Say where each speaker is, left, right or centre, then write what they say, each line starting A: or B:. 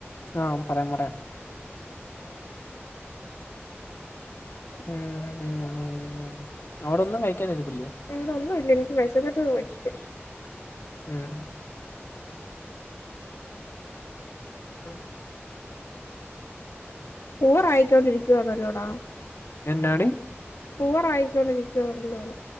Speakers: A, on the left; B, on the left.
A: ആഹ് പറയാം പറയാം ഉം ഉം ഉം അവിടൊന്നും കഴിക്കാൻ ഇരിപ്പില്ലേ
B: അവിടെ ഒന്നും ഇല്ല എനിക്ക് വെശന്നിട്ട് വയ്യ
A: ഉം ആഹ്
B: ബോറായി ക്കൊണ്ടിരിക്കുവാന്നല്ലോടാ
A: എന്നാടി
B: ബോറായി കൊണ്ടിരിക്കുവാന്നല്ലോണ്